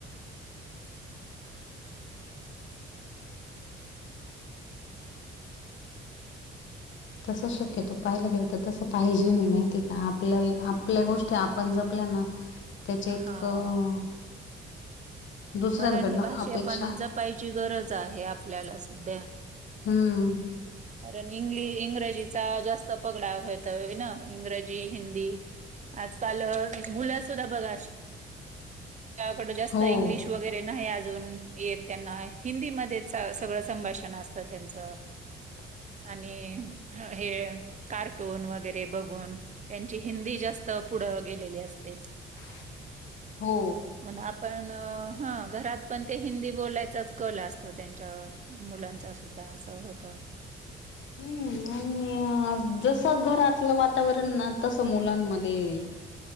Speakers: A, on the right; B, on the left.
A: <inaudible>
B: तसं शक्यतो पाहायला गेलो तर तसं पाहिजेलं माहितीये का आपल्याला आपल्या गोष्टी आपण जपल्या ना त्याच्या इतकं
A: हा
B: दुसऱ्यांकडनं
A: मराठी भाषा
B: अपेक्षा
A: पण जपायची गरज आहे, आपल्याला सध्या.
B: हम.
A: कारण इंग्ल इंग्रजीचा जास्त पगडा होतोय ना, इंग्रजी, हिंदी आजकाल मुलं सुद्धा बघा, <inaudible> कड जास्त
B: हो
A: इंग्लिश वगैरे नाही अजून येत त्यांना. हिंदीमध्ये सगळं संभाषण असतं त्यांचं.
B: <inaudible>
A: आणि हे कार्क टोन वगैरे बघून, त्यांची हिंदी जास्त पुढं गेलेली असते.
B: <inaudible> हो
A: पण आपण, हं घरात पण ते हिंदी बोलायचाच कलं असतो त्यांच्यावर. मुलांचा सुद्धा असं होत.
B: हम्म. म्हणून ना हं जस घरातलं वातावरण ना, तसं मुलांमध्ये